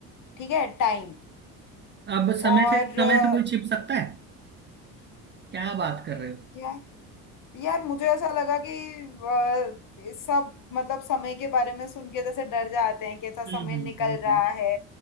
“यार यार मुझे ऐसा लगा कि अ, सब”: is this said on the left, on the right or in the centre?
Left